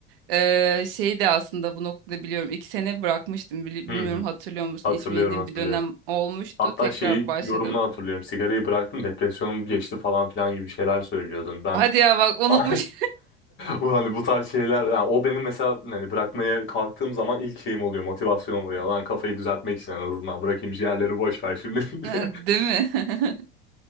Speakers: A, on the right; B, on the left.
A: e, şey de aslında bu noktada biliyorum. iki sene bırakmıştım. Bili-
B: Hı
A: Bilmiyorum
B: hı.
A: hatırlıyor musun?
B: Hatırlıyorum
A: İçmediğim
B: hatırlıyorum.
A: bir dönem olmuştu.
B: Hatta
A: Tekrar
B: şeyi
A: başladım.
B: yorumunu hatırlıyorum. Sigarayı bıraktım depresyonum geçti falan filan gibi şeyler söylüyordun. Ben
A: Hadi ya bak unutmuş.
B: <laughs> bu hani bu tarz şeyler yani o benim mesela hani bırakmaya kalktığım zaman ilk şeyim oluyor motivasyonum oluyor. Lan kafayı düzeltmek için en azından bırakayım ciğerleri boş ver şimdi.
A: <laughs> Değil
B: <laughs>
A: mi? <laughs>